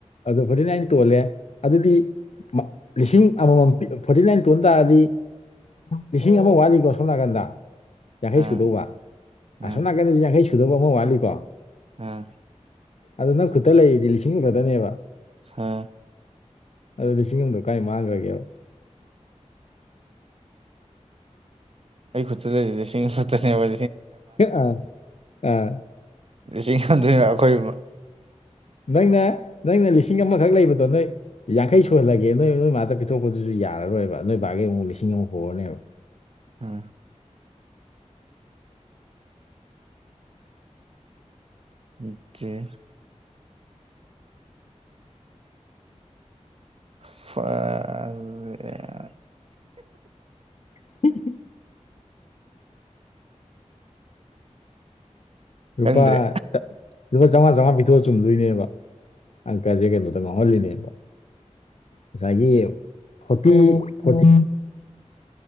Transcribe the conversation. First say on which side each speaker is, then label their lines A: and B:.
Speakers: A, on the left; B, on the right.
A: ꯑꯗꯨ ꯐꯣꯔꯇꯤ ꯅꯥꯏꯟ ꯇꯣꯜꯂꯦ ꯑꯗꯨꯗꯤ ꯃꯛ ꯂꯤꯁꯤꯡ ꯑꯃꯝꯃꯝ ꯐꯣꯔꯇꯤ ꯅꯥꯏꯟ ꯇꯣꯟ ꯇꯥꯔꯗꯤ ꯂꯤꯁꯤꯡ ꯑꯃ ꯋꯥꯠꯂꯤꯀꯣ ꯁꯣꯝ ꯅꯥꯀꯟꯗ ꯌꯥꯡꯈꯩ
B: ꯑꯥ
A: ꯁꯨꯗꯧꯕ
B: ꯑꯥ
A: ꯑꯁꯣꯝ ꯅꯥꯀꯟꯗꯖꯨ ꯌꯥꯡꯈꯩ ꯁꯨꯗꯧꯕ ꯑꯃ ꯋꯥꯠꯂꯤꯀꯣ
B: ꯑ
A: ꯑꯗꯨ ꯅꯪ ꯈꯨꯠꯇ ꯂꯩꯔꯤꯗꯤ ꯂꯤꯁꯤꯡ ꯑꯃꯈꯛꯇꯅꯦꯕ
B: ꯍ
A: ꯑꯗꯣ ꯂꯤꯁꯤꯡ ꯑꯃꯗꯣ ꯀꯥꯏ ꯃꯥꯡꯒ꯭ꯔꯒꯦꯕ
B: ꯑꯩ ꯈꯨꯠꯇ ꯂꯩꯔꯤꯖꯦ ꯂꯤꯁꯤꯡ ꯑꯃꯈꯠꯇꯅꯦꯕ
A: ꯑꯥ ꯑꯥ
B: ꯂꯤꯁꯤꯡ ꯑꯃꯗꯨꯅ ꯑꯩꯈꯣꯏ ꯏꯃꯣꯠ
A: ꯅꯪꯅ ꯅꯪꯅ ꯂꯤꯁꯤꯡ ꯑꯃꯈꯛ ꯂꯩꯕꯗꯣ ꯅꯣꯏ ꯌꯥꯡꯈꯩ ꯁꯨꯍꯜꯂꯒꯦ ꯅꯣꯏ ꯅꯣꯏ ꯃꯥꯗ ꯄꯤꯊꯣꯛꯄꯗꯨꯁꯨ ꯌꯥꯔꯔꯣꯏꯕ ꯅꯣꯏ ꯕꯥꯒꯤ ꯑꯃꯨꯛ ꯂꯤꯁꯤꯡ ꯑꯃ ꯍꯣꯔꯅꯦꯕ
B: ꯎꯝ <unintelligible> <unintelligible> <unintelligible>
A: <unintelligible> ꯔꯨꯄꯥ
B: ꯈꯪꯗ꯭ꯔꯦ
A: ꯂꯄꯥ ꯆꯥꯝꯃꯉꯥ ꯆꯥꯝꯃꯉꯥ ꯄꯤꯊꯣꯛꯑꯒ ꯆꯨꯝꯗꯣꯏꯅꯦꯕ ꯑꯪꯀꯜꯁꯦ ꯀꯩꯅꯣꯗ ꯉꯥꯎꯍꯜꯂꯤꯅꯦꯕ ꯉꯁꯥꯏꯒꯤ ꯐꯇꯤ ꯐꯇꯤ